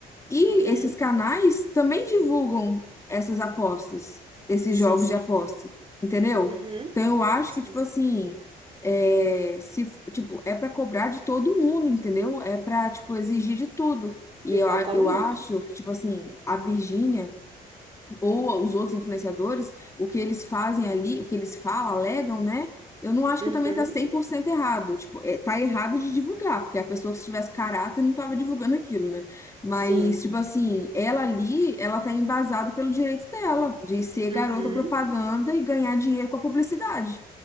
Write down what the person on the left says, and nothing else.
E
esses canais também divulgam essas apostas, esses
jogos de aposta, entendeu?
Então eu acho
que, tipo assim, é, se, tipo, é para cobrar de todo mundo, entendeu? É para, tipo, exigir de tudo. E
eu, a- eu acho que, tipo assim, a Virgínia ou os outros influenciadores, o que eles fazem ali, o que eles falam, alegam, né? Eu não acho
que também tá 100% errado. Tipo, é, tá errado de divulgar, porque a pessoa que se tivesse caráter não tava divulgando aquilo, né? Mas,
tipo assim, ela ali, ela tá embasada pelo direito dela de ser
garota propaganda e ganhar dinheiro com a publicidade